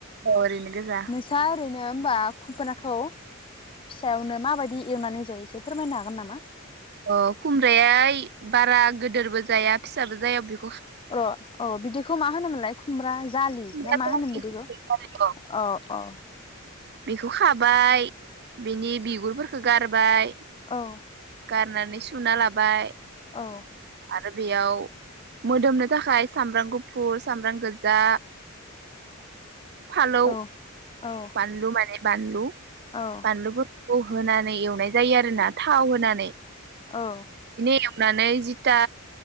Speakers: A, on the right (about 50°); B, on the left (about 25°).
A: ओरैनो गोजा
B: नोंस्रा ओरैनो होमबा <unintelligible> खौ फिसायावनो माबायदि एवनानै जायो एसे फोरमायनो हागोन नामा
A: अ खुमब्राया बारा गोदोरबो जाया फिसाबो जाया बे
B: र औ बिदिखौ मा होनोमोनलाय खुमब्रा जालि ना
A: खुमब्रा
B: मा
A: जारि
B: होनोमोन बिदिखौ? औ औ
A: खौ खाबाय बिनि बिगुरफोरखौ गारबाय
B: औ
A: गारनानै सुना लाबाय।
B: औ
A: आरो बेयाव मोदोमनो थाखाय सामब्राम गुफुर, सामब्राम गोजा फालौ
B: औ औ
A: बानलु माने बानलु
B: औ
A: बानलुबो औ होनानै एवनाय जायो आरो ना थाव होनानै
B: औ
A: बि नानै फिथा